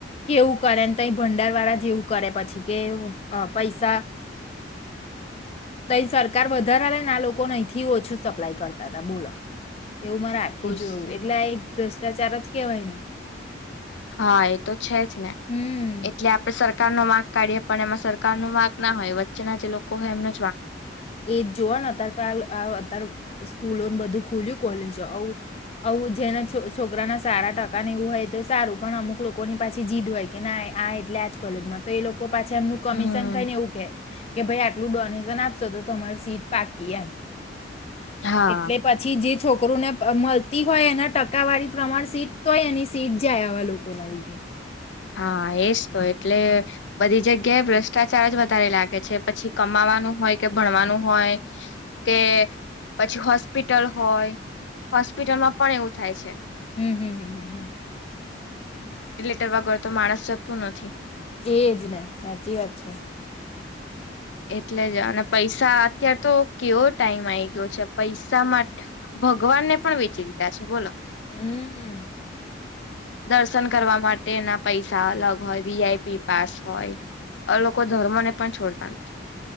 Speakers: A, on the left; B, on the left.
A: કે એવું કરે ને તો ભંડાર વાળા જેવું કરે પછી કે પૈસા <unintelligible> સરકાર વધારા આ લોકો નહીથી ઓછું સપ્લાય કરતા હતા બોલો એવું માર આખે જોયું
B: જ થાય.
A: એટલે ભ્રષ્ટાચાર જ કેવાય ને
B: હા એ તો છે જ ને
A: હમ
B: એટલે આપડે સર સરકાર નો વાક કાઢીએ પણ એમાં સરકાર નો વાક ના હોય વચ્ચેના જે લોકો હોય એમને
A: એજ જોવા અત્યારે તો અતાર સ્કૂલો બધું ખુલ્યું કોલેજ આવું આવું જેના છ છોકરાના સારા ટકા ને એવું હોય તો સારું પણ અમુક લોકોની પાછી જીદ હોય કે ના આ એટલે આજ કોલેજમાં તો એ લોકો પાછા એમનું કમિશન
B: હમ
A: ખ ને એવું કે કે ભાઈ આટલું ડોનેશન આપશો તો તમારી સીટ પાકી એમ.
B: હા
A: એટલે પછી જે છોકરોને મળતી હોય એના ટકાવારી પ્રમાણ સીટ તો હોય એની સીટ જાય આવા લોકો ના લીધે.
B: હા એજ તો, એટલે બધી જગ્યાએ ભ્રષ્ટાચાર જ વધારે લાગે છે પછી કમા નું હોય કે ભણવાનું હોય, કે પછી હોસ્પિટલ હોય હોસ્પિટલમાં પણ એવું થાય છે.
A: હમ્મ હમ્મ હમ હમ્મ હમ્મ.
B: ગળ તો માણસ જતું નથી.
A: એજ ને સાચી વાત છે
B: એટલે જ અને પૈસા અતાર તો કેવો ટાઈમ આવી ગયો છે પૈસા માટે ભગવાન ને પણ વિચરતા છે બોલો
A: હમ્મ.
B: દર્શન કરવા માટે એના પૈસા અલગ હોય, વીઆઈપી પાસ હોય. અ લોકો ધર્મ ને પણ છોડતા નથી.